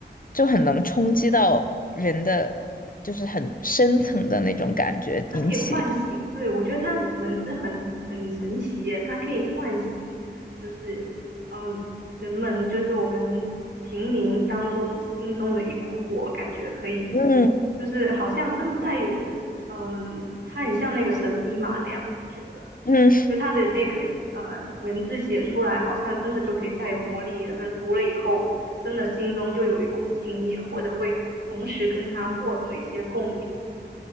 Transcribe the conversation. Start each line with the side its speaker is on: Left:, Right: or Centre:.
Left: 就很能冲击到人的，就是很深层的那种感觉，
Right: 它可以唤醒。
Left: 引起，
Right: 对，我觉得它的文字很很神奇耶，它可以唤醒，就是嗯，人们就是我们平民当中心中的一股火，感觉可以，
Left: 嗯
Right: 就是好像真的带有，嗯，它很像那个神笔马良，我都觉得。
Left: 嗯，
Right: 就他的那个呃文字写出来，好像真的就可以带有魔力。人们读了以后，真的心中就有一股信念，或者会同时跟他获得一些共鸣。